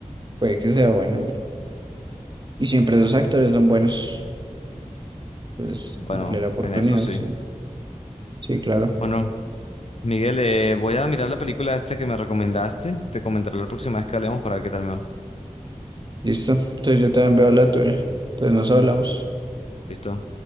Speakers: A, on the right (about 35°); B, on the left (about 55°).
A: puede que sea buena y, y siempre esos actores son buenos. pues
B: Bueno,
A: darle la oportunidad,
B: en eso sí.
A: sí. Sí, claro.
B: Bueno, Miguel, eh, voy a mirar la película esta que me recomendaste. Te comentaré la próxima vez que hablemos para ver qué tal me va.
A: Listo. Entonces yo también veo la tuya. Entonces nos hablamos.
B: ¿Listo?